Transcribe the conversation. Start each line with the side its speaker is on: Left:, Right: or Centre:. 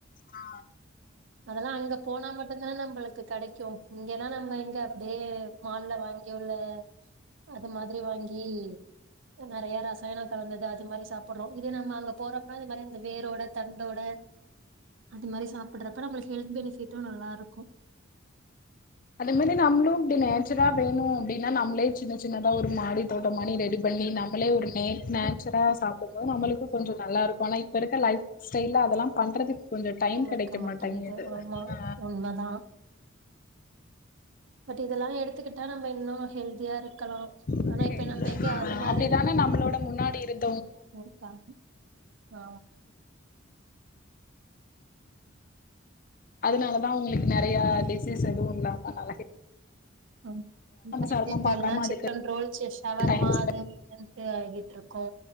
Left: ஆ
Right: அதெல்லா அங்க போனா மட்டுதானே நம்பளுக்கு கெடைக்கு இங்கன்னா நம்ம இங்க அப்டியே மால்ல வாங்கிள்ள அது மாதிரி வாங்கி நெறைய ரசாயன கலந்தது அது மாரி சாப்புட்றோ இதே நம்ம அங்க போறப்பா இந்த மாரி வேரோட தண்டோட அது மாரி சாப்புடுறப்ப நம்மளுக்கு ஹெல்த் பெனிஃபிட்டு நல்லா இருக்கு
Left: அதே மாரி நம்ளு இப்டி நேச்சுரா வேணு அப்டின்னா நம்ளே சின்ன சின்னதா ஒரு மாடி தோட்ட மாரி ரெடி பண்ணி நம்மளே ஒரு நே நேச்சுரா சாப்டும்போது நம்மளுக்கு கொஞ்ச நல்லா இருக்கு ஆனா இப்ப இருக்க லைஃ ஸ்டைல்ல அதெல்லா பண்றதுக் கொஞ்ச டைம் கெடைக்க
Right: இருக்க
Left: மாட்டேங்குது
Right: ஆமா
Left: அ
Right: உண்மதா பட் இதெல்லா எடுத்துக்கிட்டா நம்ம இன்னு நல் ஹெல்தியா இருக்கலா
Left: ஆ
Right: ஆனா இப்ப நம்ம எங்க அது மாரி
Left: அப்டிதானே நம்மளோட முன்னாடி இருந்து
Right: <unintelligible> ஆ
Left: அதனாலதா உங்களுக்கு நெறையா டிசீஸ் எதுவு இல்லாம நல
Right: ம் <unintelligible>
Left: செரமம் பாக்காம
Right: chicken
Left: அதுக்கு
Right: roll chips shawarma
Left: time spend
Right: அது இதுன்ட்டு வாங்கிட்டு இருக்கோ